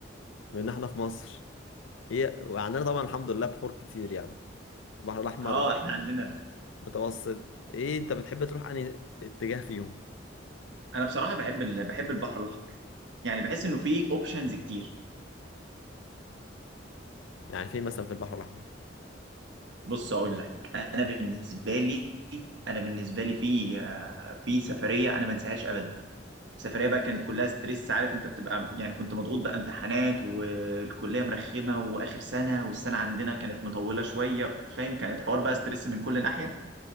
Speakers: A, on the left; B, on the right.
A: بما ان احنا في مصر ايه وعندنا طبعا الحمد لله بحور كتير يعني البحر الاحمر
B: اه احنا عندنا
A: متوسط ايه انت بتحب تروح انهي اتجاه فيهم
B: انا بصراحه بحب ال... بحب البحر الاحمر يعني بحس انه فيه اوبشنز كتير
A: يعني فين مثلا في البحر الاحمر
B: بص اقول لك انا بالنسبه لي انا بالنسبه لي في آه، في سفريه انا ما انساهاش ابدا السفريه بقى كانت كلها ستريس عارف انت بتبقى يعني كنت مضغوط بقى امتحانات والكليه مرخمه واخر سنه والسنه عندنا كانت مطوله شويه فاهم كانت حوار بقى ستريس من كل ناحيه